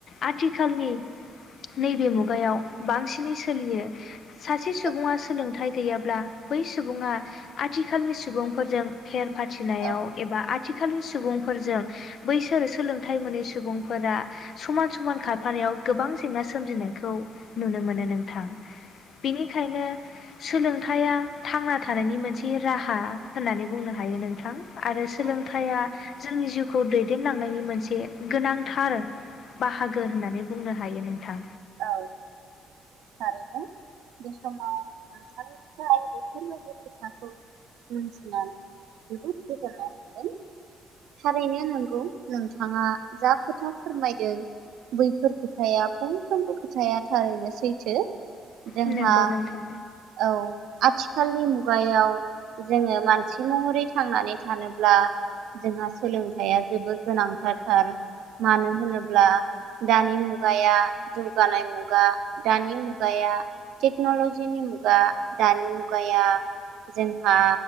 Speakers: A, on the left; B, on the right.
A: आथिखालनि नैबे मुगायाव बांसिनै सोलियो। सासे
B: औ
A: सुबुङा सोलोंथाइ गैयाब्ला बै सुबुङा आथिखालनि सुबुंफोरजों फेर फाथिनायाव
B: औ औ
A: एबा आथि खालनि सुबुंफोरजों बैसोरो सोलोंथाइ मोनै सुबुं फोर समान समान खारफानायाव गोबां जेंना सोमजिनायखौ नुनो मोनो नोंथां। बेनिखायनो सोलोंथायाइा थांना थानायनि मोनसे राहा। होननानै बुंनो हायो नोंथां आरो
B: औ
A: सोलोंथाइया जोंनि जिउ खौ दैदेनलांनायनि मोनसे गोनांथार बाहागो होननानै बुंनो हायो नोंथां।
B: औऔ थारैनो बे समाव नोंथांनिफ्राय बेफोरबायदि खोथाखौ मिथिनानै जोबोद गोजोननाय मोनदों थारैनो नंगौ नोंथाङा जा खोथा फोरमायदों बैफोर खोथाया फुं साफ्रोमबो खोथाया थारैनो सैथो। जोंहा
A: नंगौ नोंथां
B: औ आथि आथिखालनि मुगायाव जोङो मानसि महरै थांनानै थानोब्ला जोंहा सोलोंथाइया जोबोर गोनांथारथार मानो होनोब्ला दानि मुगाया जौगानाय मुगा दानि मुगाया टेक्न'लजिनि मुगा दानि मुगाया जोंहा